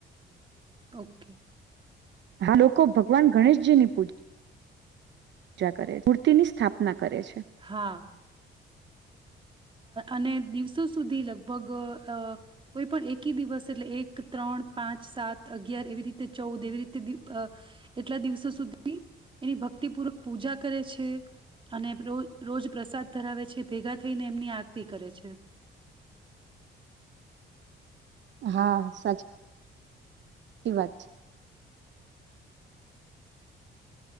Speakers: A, on the right (about 25°); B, on the right (about 65°).
A: ઓકે.
B: હા લોકો ભગવાન ગણેશજીની પૂજા પૂજા કરે મૂર્તિની સ્થાપના કરે છે.
A: હા અને દિવસો સુધી લગભગ અ કોઈ પણ એકી દિવસ એટલે એક ત્રણ પાંચ સાત અગિયાર એવી રીતે ચૌદ એવી રીતે, એટલા દિવસો સુધી એની ભક્તિપૂર્વક પૂજા કરે છે, અને ર રોજ પ્રસાદ ધરાવે છે, ભેગા થઈને એમની આરતી કરે છે.
B: હા સાચી સાચી વાત છે.